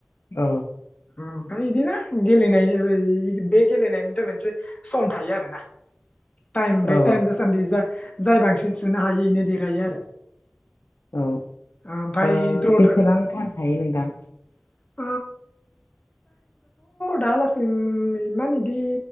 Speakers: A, on the left; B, on the left.
A: औ।
B: ओमफ्राय बिदिना गेलेनाय बे गेलेनायनिथ' मोनसे सम थायो आरोना। टाइम बे
A: औ
B: टाइम जासान्दि जाय जाय बांसिन सोनो हायो इनो देरहायो आरो।
A: औ
B: ओमफ्राय
A: ओ
B: द्र'द्र'
A: बेसेबां थान थायो नोंथां
B: <inaudible> दालासिम इमान इदि